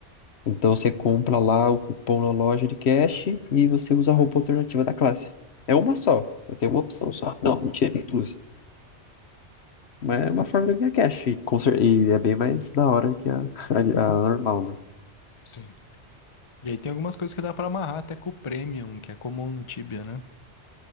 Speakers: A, on the left (about 65°); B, on the left (about 30°).
A: Então você compra lá o cupom na loja de cash e você usa a roupa alternativa da classe. É uma só. Eu tenho uma opção só. Não, mentira, tem duas. Mas é uma forma de ganhar cash. E, com cer- e é bem mais da hora que a, <laughs> a, a normal, né?
B: sim. E aí tem algumas coisas que dá pra amarrar até com o Premium, que é comum no Tibia, né?